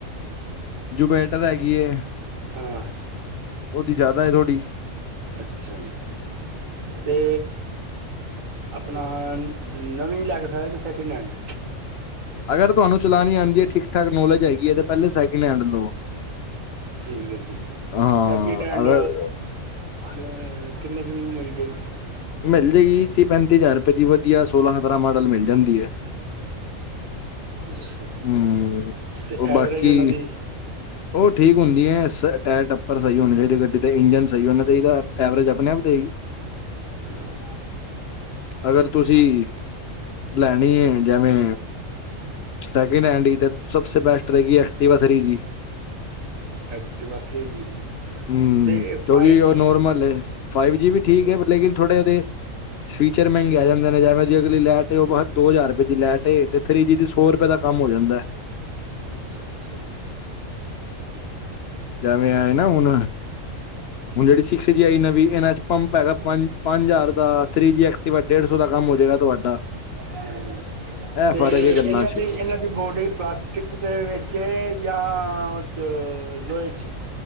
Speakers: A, on the left (about 65°); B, on the right (about 85°).
A: ਜੋ ਬੈਟਰ ਹੈਗੀ ਹੈ।
B: ਹਾਂ
A: ਉਹਦੀ ਜ਼ਿਆਦਾ ਥੋੜੀ
B: ਅੱਛਾ ਜੀ ਤੇ ਆਪਣਾ ਨਵੀ ਲੈ ਫੈਦਾ ਕੀ ਸੈਕਿੰਡ ਹੈਂਡ
A: ਅਗਰ ਤੁਹਾਨੂੰ ਚਲਾਉਣੀ ਆਂਦੀ ਹੈ ਠੀਕ ਠਾਕ ਨੋਲੇਜ ਹੈਗੀ ਹੈ ਤੇ ਪਹਿਲੇ ਸੈਕਿੰਡ ਹੈਂਡ ਲੋ।
B: ਠੀਕ ਹੈ ਜੀ
A: ਹਾਂ,
B: ਸੈਕਿੰਡ ਹੈਂਡ
A: ਅਗਰ
B: ਮਲ ਕਿੰਨੇ ਕੁਊ ਮਿਲਜੇ ਗੀ।
A: ਮਿਲ ਜਾਏਗੀ ਤੀਹ ਪੈਂਤੀ ਹਜ਼ਾਰ ਰੁਪਏ ਦੀ ਵਧੀਆ ਸੋਲਾਂ ਸਤਾਰਾਂ ਮਾਡਲ ਮਿਲ ਜਾਂਦੀ ਏ।
B: ਅੱਛਾ ਜੀ
A: ਹੂੰ
B: ਤੇ
A: ਉਹ ਬਾਕੀ
B: ਐਵਰੇਜ ਉਹਨਾਂ ਦੀ
A: ਉਹ ਠੀਕ ਹੁੰਦੀ ਹੈ ਟਾਇਰ ਟੱਪਰ ਸਹੀ ਹੋਣੇ। ਚਹੀ ਗੱਡੀ ਤੇ ਇੰਜਨ ਸਹੀ ਉਹੇ ਚਾਹੀਦਾ ਐਵਰੇਜ ਆਪਣੇ ਆਪ ਤੇ ਦੇਏਗੀ।
B: ਹੂੰ <inaudible>
A: ਅਗਰ ਤੁਸੀਂ ਲੈਣੀ ਏ ਜੇਵੇਂ ਸੈਕਿੰਡ ਹੈਂਡ ਈ ਤੇ, ਸਬ ਸੇ ਬੈਸਟ ਰਹੇਗੀ, Activa three G.
B: Activa three G
A: ਹੂੰ,
B: ਤੇ
A: ਕਿਉਂਕਿ
B: ਫਾਈਵ
A: ਉਹ
B: ਜੀ
A: ਨੋਰਮਲ
B: ਵੀ
A: ਏ, ਫਾਈਵ ਜੀ ਵੀ ਠੀਕ
B: ਅੱਛਾ
A: ਏ ਲੇਕਿਨ ਥੋੜ੍ਹੇ ਉਹਦੇ ਫੀਚਰ ਮਹਿੰਗੇ ਆ ਜਾਂਦੇ ਨੇ, ਜੇਵੇ ਦੀ ਅਗਲੀ ਲੈਟ ਤੇ ਉਹ ਬ ਦੋ ਜ਼ਾਰ ਰੁਪਏ ਦੀ ਲੈਟ ਏ। ਤੇ ਥੀ ਜੀ ਦੀ ਸੋ ਰੁਪਏ ਦਾ ਕੰਮ ਹੋ ਜਾਂਦਾ ਐ।
B: ਅੱਛਾ-ਅੱਛਾ।
A: ਜਿਵੇਂ ਆਏ ਨਾ ਹੁਣ ਹੁਣ ਜਿਹੜੀ ਸਿਕਸ ਜੀ ਆਈ ਨਵੀਂ, ਇਹਨਾਂ ਚ ਪੰਪ ਹੈਗਾ, ਪੰਜ-ਪੰਜ ਜਾਰ ਦਾ, ਥੀ ਜੀ ਐ <unintelligible> ਡੇਢ ਸੌ ਦਾ ਕੰਮ ਹੋ ਜਾਏਗਾ ਤੁਹਾਡਾ।
B: ਹਾਂਜੀ,
A: ਇਹ
B: ਤੇ
A: ਫ਼ਰਕ ਹੈ
B: ਇਹਨਾਂ
A: ਗੱਲਾਂ ਚ
B: ਦੀ ਇਹਨਾਂ ਦੀ ਬੋਡੀ ਪਲਾਸਟਿਕ ਦੇ ਵਿੱਚ ਏ, ਯਾ ਉਹ ਚ ਲੋਹੇ ਚ?